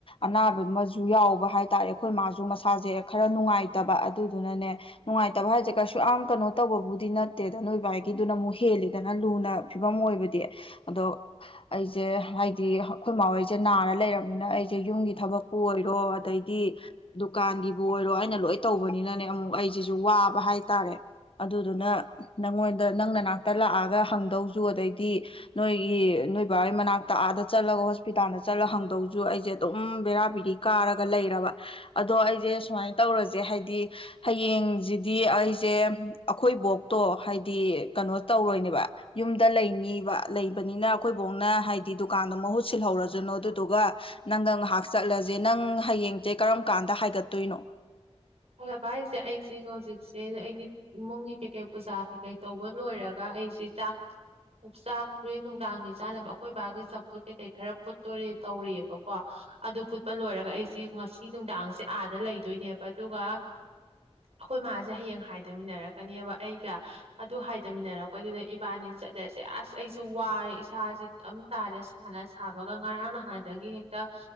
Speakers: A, on the left; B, on the right.
A: ꯑꯅꯥꯕ ꯃꯁꯨ ꯌꯥꯎꯕ ꯍꯥꯏ ꯇꯔꯦ ꯑꯩꯈꯣꯏ ꯃꯥꯁꯨ ꯃꯁꯥꯁꯦ ꯈꯔ ꯅꯨꯡꯉꯥꯏꯇꯕ ꯑꯗꯨꯗꯨꯅꯅꯦ ꯅꯨꯡꯉꯥꯏꯇꯕ ꯍꯥꯏꯁꯦ ꯀꯩꯁꯨ ꯌꯥꯝ ꯀꯅꯣ ꯇꯧꯕꯕꯨꯗꯤ ꯅꯠꯇꯦꯗ ꯅꯣꯏ ꯕꯥꯏꯒꯤꯗꯨꯅ ꯑꯃꯨꯛ ꯍꯦꯜꯂꯤꯗꯅ ꯂꯨꯅ ꯐꯤꯕꯝ ꯑꯣꯏꯕꯗꯤ ꯑꯗꯣ ꯑꯩꯁꯦ ꯍꯥꯏꯗꯤ ꯑꯈꯣꯏ ꯃꯥ ꯍꯣꯏꯁꯦ ꯅꯥꯔ ꯂꯩꯔꯝꯅꯤꯅ ꯑꯩꯁꯦ ꯌꯨꯝꯒꯤ ꯊꯕꯛꯄꯨ ꯑꯣꯏꯔꯣ ꯑꯗꯩꯗꯤ ꯗꯨꯀꯥꯟꯒꯤꯕꯨ ꯑꯣꯏꯔꯣ ꯑꯩꯅ ꯂꯣꯏ ꯇꯧꯕ ꯅꯤꯅꯅꯦ ꯑꯃꯨ ꯑꯩꯁꯤꯁꯨ ꯋꯥꯕ ꯍꯥꯏꯇꯥꯔꯦ ꯑꯗꯨꯗꯨꯅ ꯅꯪꯉꯣꯟꯗ ꯅꯪ ꯅꯅꯥꯛꯇ ꯂꯥꯛꯑꯒ ꯍꯪꯗꯧꯁꯨ ꯑꯗꯩꯗꯤ ꯅꯣꯏꯒꯤ ꯅꯣꯏ ꯕꯥꯑꯣꯏ ꯃꯅꯥꯛꯇ ꯑꯥꯗ ꯆꯠꯂꯒ ꯍꯣꯁꯄꯤꯇꯥꯟꯗ ꯆꯠꯂꯒ ꯍꯪꯗꯖꯨ ꯑꯩꯖꯦ ꯑꯗꯨꯝ ꯕꯦꯔꯥꯕꯤꯔꯤ ꯀꯥꯔꯒ ꯂꯩꯔꯕ ꯑꯗꯣ ꯑꯩꯖꯦ ꯁꯨꯃꯥꯏꯅꯟ ꯇꯧꯔꯖꯦ ꯍꯥꯏ ꯗꯤ ꯍꯌꯦꯡꯖꯤꯗꯤ ꯑꯩꯖꯦ ꯑꯩꯈꯣꯏꯕꯣꯛꯇꯣ ꯍꯥꯏꯗꯤ ꯀꯅꯣ ꯇꯧꯔꯣꯏꯅꯦꯕ ꯌꯨꯝꯗ ꯂꯩꯅꯤꯕ ꯂꯩꯕꯅꯤꯅ ꯑꯩꯈꯣꯏꯕꯣꯛꯅ ꯍꯥꯏꯗꯤ ꯗꯨꯀꯥꯟꯗꯣ ꯃꯍꯨꯠ ꯁꯤꯜꯍꯧꯔꯖꯅꯣ ꯑꯗꯨꯗꯨꯒ ꯅꯪꯒ ꯉꯍꯥꯛ ꯆꯠꯂꯖꯦ ꯅꯪ ꯍꯌꯦꯡꯖꯦ ꯀꯔꯝ ꯀꯥꯟꯗ ꯍꯥꯏꯒꯠꯇꯣꯏꯅꯣ
B: ꯕꯍꯄꯥ ꯑꯩꯁꯦ ꯑꯩꯖꯦ ꯍꯧꯖꯤꯛꯁꯦ ꯑꯩꯗꯤ ꯏꯃꯨꯡꯒꯤ ꯀꯩꯀꯩ ꯄꯨꯖꯥ ꯀꯩꯀꯩ ꯇꯧꯕ ꯂꯣꯏꯔꯒ ꯑꯩꯁꯤ ꯆꯥꯛ ꯆꯥꯛꯈ꯭ꯔꯤ ꯅꯨꯡꯗꯥꯡꯒꯤ ꯆꯥꯅꯕ ꯑꯩꯈꯣꯏ ꯕꯥꯒꯤ ꯆꯝꯐꯨꯠ ꯀꯩꯀꯩ ꯈꯔ ꯐꯨꯠꯇꯣꯔꯤ ꯇꯧꯔꯤꯑꯕꯀꯣ ꯑꯗꯨ ꯐꯨꯠꯄ ꯂꯣꯏꯔꯒ ꯑꯩꯁꯤ ꯉꯁꯤ ꯅꯨꯡꯗꯥꯡꯁꯦ ꯑꯥꯗ ꯂꯩꯗꯣꯏꯅꯦꯕ ꯑꯗꯨꯒ ꯑꯈꯣꯏ ꯃꯥꯖꯦ ꯍꯌꯦꯡ ꯍꯥꯏꯗꯃꯤꯟꯅꯔꯛꯀꯅꯦꯕ ꯑꯩꯒ ꯑꯗꯨ ꯍꯥꯏꯗꯃꯤꯟꯅꯔꯛꯄꯩꯗꯨꯗ ꯏꯕꯥꯅꯤ ꯆꯠꯂꯖꯦ ꯑꯁ ꯑꯩꯁꯨ ꯋꯥꯔꯦ ꯏꯁꯥꯖꯤ ꯇꯝ ꯇꯥꯔꯦ ꯁꯥꯟꯅ ꯁꯥꯕꯒ ꯉꯔꯥꯡ ꯅꯍꯥꯟꯗꯒꯤ ꯍꯦꯛꯇ